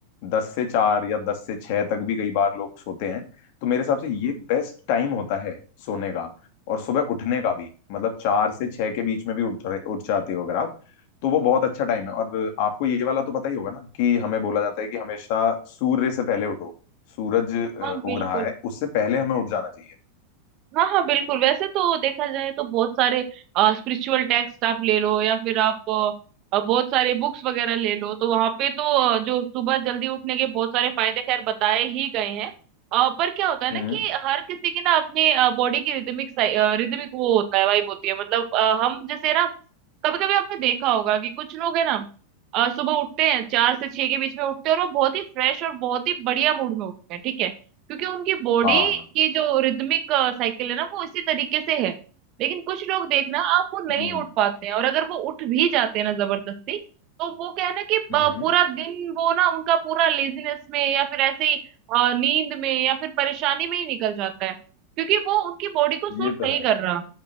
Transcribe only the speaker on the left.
दस से चार या दस से छह तक भी कई बार लोग सोते हैं तो मेरे हिसाब से ये बेस्ट टाइम होता है सोने का और सुबह उठने का भी मतलब चार से छह के बीच में भी उठ रहे उठ जाते हो अगर आप तो वो बहुत अच्छा टाइम है और आपको ये वाला तो पता ही होगा ना कि हमें बोला जाता है कि हमेशा सूर्य से पहले उठो सूरज अ,
उग
रहा है उससे पहले हमें उठ जाना चाहिए
हम्म
हाँ
हम्म
हम्म
ये तो
है